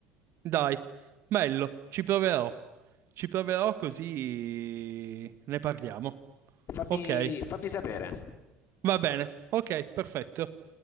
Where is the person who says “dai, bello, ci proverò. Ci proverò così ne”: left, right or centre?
Right